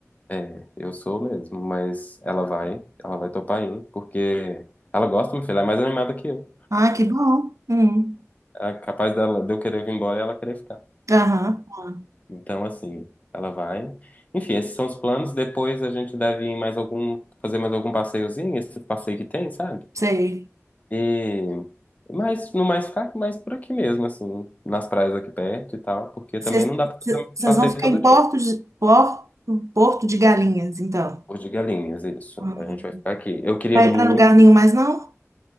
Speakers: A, on the left; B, on the right.
A: é, eu sou mesmo, mas ela vai, ela vai topar ir, porque ela gosta, minha filha, ela é mais animada que eu.
B: Ah, que bom. Hum.
A: É capaz dela, de eu querer vir embora e ela querer ficar.
B: Aham, ah,
A: Então, assim, ela vai. Enfim, esses são os planos. Depois a gente deve ir em mais algum, fazer mais algum passeiozinho, esse passeio que tem, sabe?
B: sei.
A: E mas no mais ficar mais por aqui mesmo, assim, nas praias aqui perto e tal, porque
B: Vocês
A: também não dá pra fazer um
B: vocês
A: passeio
B: vão ficar
A: todo
B: em Porto
A: dia.
B: de, Porto, Porto de Galinhas, então.
A: Por de Galinhas, isso.
B: Uhum.
A: A gente vai ficar aqui. Eu queria
B: Vai
A: muito.
B: para lugar nenhum mais, não?